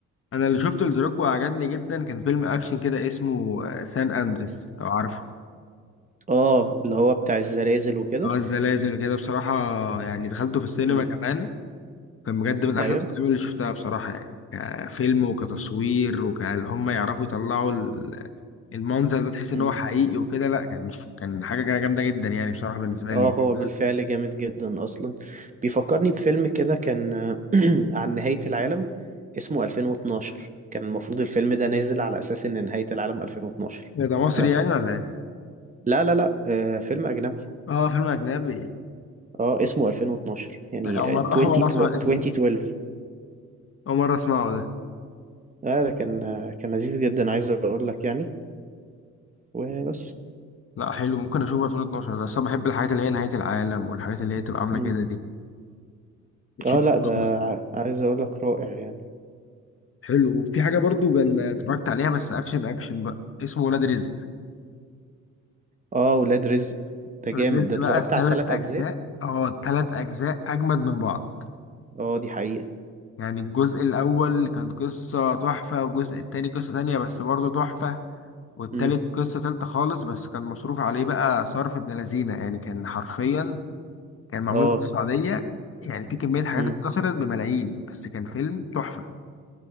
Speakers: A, on the left (about 45°); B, on the right (about 25°).
A: انا اللي شفته لذا روك وعجبني جدا كان فيلم اكشن كده اسمه آه، سان اندريس لو عارفه
B: اه اللي هو بتاع الزلازل وكده
A: اه الزلازل كده بصراحه يعني دخلته في السينما
B: امم
A: كمان كان بجد من احلى
B: ايوه
A: الافلام اللي شفتها بصراحه يعني كفيلم وكتصوير وكان هم يعرفوا يطلعوا ال- المنظر ده تحس ان
B: امم.
A: هو حقيقي وكده لا كان كان حاجه كده جامده جدا يعني بصراحه بالنسبه
B: اه
A: لي
B: هو
A: يعني
B: بالفعل جامد جدا اصلا بيفكرني بفيلم كده كان <clears throat> عن نهاية العالم اسمه 2012 كان المفروض الفيلم ده نازل على اساس ان نهاية العالم 2012
A: إيه ده مصري
B: بس
A: يعني ولا ايه
B: لا لا لا آه فيلم اجنبي
A: اه فيلم اجنبي
B: اه اسمه 2012 يعني
A: لا اول
B: آه،
A: مره
B: 20
A: اول
B: 2012
A: مره اسمع الاسم ده اول مره اسمعه ده
B: اه ده كان آه، كان لذيذ جدا عايز اقول لك يعني وبس
A: لا حلو ممكن اشوفه 2012 ده اصلا بحب الحاجات اللي هي نهايه العالم والحاجات اللي هي تبقى عامله
B: مم.
A: كده دي بتشد
B: اه لا ده
A: بصراحة.
B: ع- عايز اقول لك رائع يعني
A: حلو وفي حاجه برضو كان اتفرجت عليها بس اكشن اكشن بقى اسمه ولاد رزق
B: اه ولاد رزق ده
A: ولاد
B: جامد ده اتفرجت
A: بقى التلات
B: على الثلاث
A: أجزاء
B: اجزاء
A: اه التلات أجزاء أجمد من بعض
B: اه دي حقيقة
A: يعني الجزء الأول كان قصة تحفة والجزء التاني قصة تانية بس برضه تحفة والتالت
B: مم.
A: قصة تالتة خالص بس كان مصروف عليه بقى صرف ابن لذينة يعني كان حرفيا كان معمول
B: اه
A: في السعودية يعني في كمية حاجات
B: مم.
A: اتكسرت بملايين بس كان فيلم تحفة